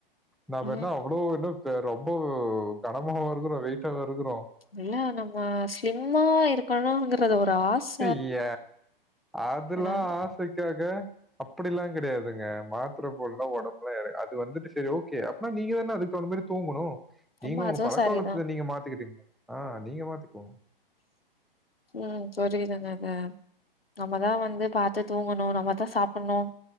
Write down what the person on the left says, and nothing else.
ம்.
இல்ல நம்ம ஸ்லிம்மா இருக்கணுங்கறது ஒரு ஆச
ஏன்னா
ஆமா
அதுவும்
சரிதான்.
ம் சொரி தாங்க அத நாம தா வந்து பாத்து தூங்கணு நம்ம தா சாப்புன்னு